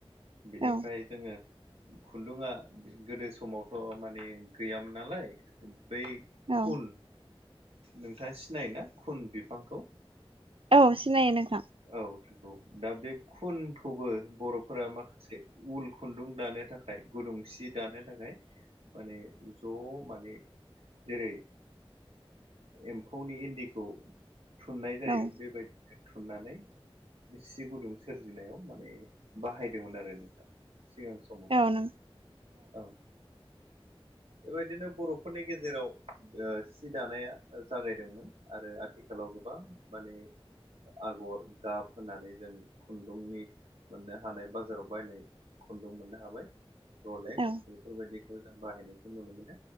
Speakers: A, on the right (about 90°); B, on the right (about 65°).
A: बेनिफ्राय
B: औ
A: जोङो खुन्दुङआ गोदो समावथ' माने गैयामोन नालाय बै
B: औ
A: खुन नोंथाङा सिनायोना खुन बिफांखौ
B: औ सिनायो नोंथां
A: औ दा बे खुनखौबो बर'फोरा मा <unintelligible> से उल खुन्दुं दानो थाखाय गुदुंसि दानो थाखाय माने ज' माने जेरै एम्फौनि इन्दिखौ थुननाय जायो
B: औ
A: बेबायदिनो थुननानै सि गुदुं सोरजिनायाव माने बाहायदोंमोन आरो नोंथां सिगां समाव
B: औ
A: समाव
B: नों
A: औ
B: <unintelligible>
A: बेबायदिनो बर'फोरनि गेजेराव सि दानाया जागायदोंमोन आरो आथिखाल आथिखालाव गोबां माने आगर गाब होनानै जों खुन्दुंनि मोननो हानाय बाजाराव बायनाय खुन्दुं मोननो हाबाय लेक्स
B: औ
A: बेफोरबायदिखौ जों बाहायनायखौ नुनो मोनो